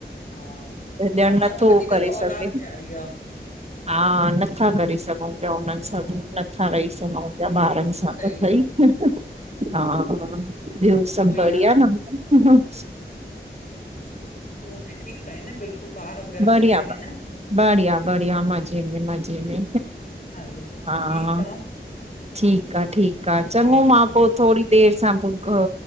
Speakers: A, on the left; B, on the right.
A: हा
B: त ॼण
A: पाण
B: नथो
A: खां वधीक
B: करे
A: त औलाद
B: सघे।
A: प्यारी आ
B: हां, नथा करे सघयु। त उन्हनि
A: हा
B: सां दूर ॿि नथा रही सघूं पया
A: हा
B: ॿारनि सां
A: सही
B: त भई।
A: आ हम्म
B: हां, हा ॿियो सभु
A: उहो ई
B: बढ़िया
A: आ
B: न?
A: तु हुते ठीकु आईं न बिल्कुलु, ॿार वग़ैरह
B: बढ़िया।
A: मज़े में न?
B: बढ़िया, बढिया, मज़े में, मज़े में,
A: हल
B: हां।
A: ठीकु आ
B: ठीकु आ,। ठीकु आ। चङो
A: हा हा
B: मां
A: हा
B: पो
A: हा
B: थोड़ी देरि सां ॿुध